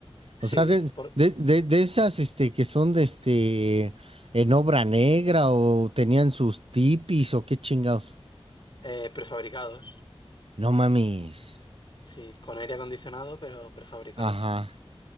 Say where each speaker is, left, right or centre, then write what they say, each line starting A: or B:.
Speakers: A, on the left; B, on the right.
A: Sí,
B: O sea, de,
A: por,
B: de, de, de esas este, que son de este en obra negra, o tenían sus tipis, o qué chingados.
A: eh, prefabricados.
B: No mames.
A: Sí, con aire acondicionado, pero prefabricados.
B: Ajá.